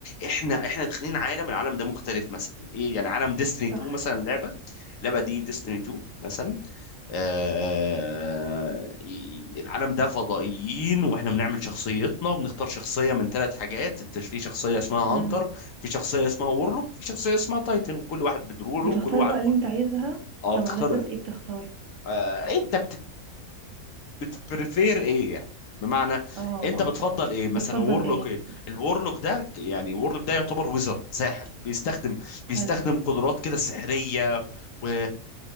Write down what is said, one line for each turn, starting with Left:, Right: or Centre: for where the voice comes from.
Left: إحنا إحنا داخلين عالم العالم ده مختلف مثلا إيه يعني عالم ديستني
Right: صح
Left: 2 مثلا لعبة اللعبة دي ديستني 2 مثلا آه، ي- العالم ده فضائيين واحنا بنعمل شخصيتنا وبنختار شخصية من ثلاث حاجات انت في شخصية اسمها هانتر
Right: امم
Left: في شخصية اسمها وورلوك وفي شخصية اسمها تايتن وكل واحد بدروعه
Right: بتختار
Left: وكل واحد
Right: بقى اللي
Left: بقوته.
Right: انت عايزها
Left: اه
Right: طب
Left: بتختار
Right: على اساس ايه بتختار
Left: آه انت بتبريفير ايه يعني بمعنى
Right: اه
Left: انت
Right: اه
Left: بتفضل
Right: اه
Left: ايه مثلا
Right: بتفضل
Left: وورلوك
Right: ايه
Left: ايه الورلوك ده ك- يعني وورلوك ده يعتبر ويزرد ساحر بيستخدم بيستخدم
Right: حلو
Left: قدرات كده سحرية و...